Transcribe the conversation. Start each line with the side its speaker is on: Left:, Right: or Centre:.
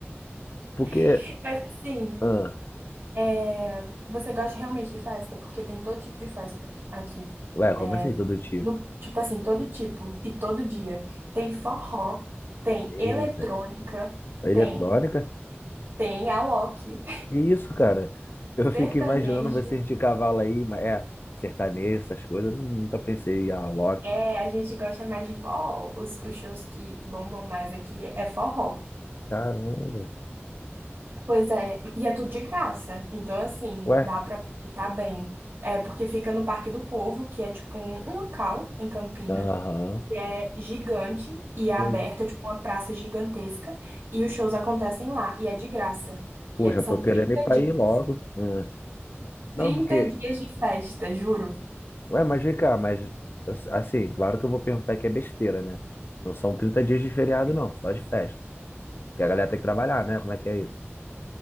Left: Porque,
Right: <laughs> Mas assim,
Left: ah,
Right: é, você gosta realmente de festa? Porque tem todo tipo de festa aqui.
Left: ué,
Right: É,
Left: como assim todo tipo?
Right: no, tipo assim, todo tipo e todo dia. Tem forró, tem
Left: Eita,
Right: eletrônica,
Left: a eletrônica?
Right: tem. Tem a Loki.
Left: Que isso, cara? Eu
Right: <laughs>
Left: fico
Right: Sertanejo.
Left: imaginando vocês de cavalo aí, mas é, sertanejo, essas coisas, eu nunca pensei, ah, Loki.
Right: É, a gente gosta mais de forró. Os, os shows que bombam mais aqui é forró.
Left: Caramba,
Right: Pois é, e é tudo de graça. Então, assim,
Left: ué,
Right: dá pra aproveitar bem. É porque fica no Parque do Povo, que é tipo um, um local em Campina,
Left: aham.
Right: que é gigante e é aberto,
Left: Eu-
Right: é tipo uma praça gigantesca. E os shows acontecem lá, e é de graça.
Left: Poxa,
Right: E é- são
Left: tô querendo
Right: 30
Left: ir pra
Right: dias.
Left: ir logo. Ah, Não,
Right: trinta
Left: porque,
Right: dias de festa, juro.
Left: ué, mas vem cá, mas, eu- assim, claro que eu vou perguntar que é besteira, né? Não são 30 dias de feriado, não, só de festa. Porque a galera tem que trabalhar, né? Como é que é isso?